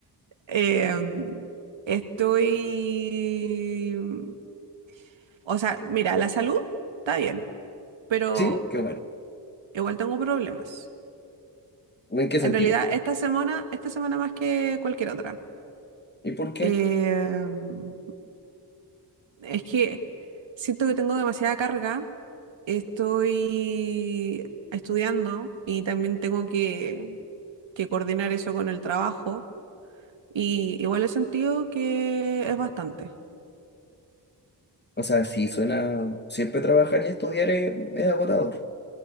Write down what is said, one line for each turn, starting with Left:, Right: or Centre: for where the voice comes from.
Right: Em, estoy... O sea, mira, la salud está bien, pero
Left: Sí, qué bueno.
Right: igual tengo problemas.
Left: ¿En qué sentido?
Right: En realidad, esta semana, esta semana más que cualquier otra.
Left: ¿Y por qué?
Right: Em, Es que siento que tengo demasiada carga. Estoy estudiando y también tengo que, que coordinar eso con el trabajo. Y igual he sentido que es bastante,
Left: O sea, sí, suena... Siempre trabajar y estudiar es, es agotador.